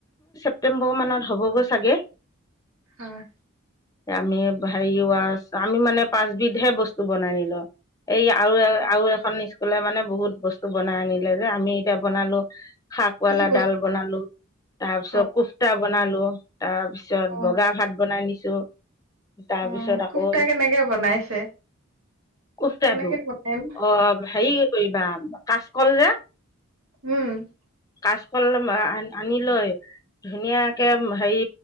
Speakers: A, on the left; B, on the right.
A: ছেপ্টেম্বৰ মানত হ'বগৈ চাগে।
B: অ'।
A: আমি হেৰি আমি মানে পাঁচবিধহে বস্তু বনাই নিলো। এই আৰু আৰু এখন স্কুলে মানে বহুত বস্তু বনাই আনিলে যে আমি এতিয়া বনালো শাকৱালা
B: কি বস্তু
A: ডাল বনালো তাৰ পিছত
B: অ',
A: কুফ্তা বনালো তাৰ পিছত
B: অ',
A: বগা ভাত বনাই নিছো। তাৰপিছত
B: অ',
A: আকৌ
B: কোপ্তা কেনেকে বনাইছে?
A: কুফ্তাটো
B: কেনেকে বনাই নো?
A: অ', হেৰি কৰিবা কাচকল যে
B: উম।
A: কাচকল আনি লৈ ধুনীয়াকে হেৰি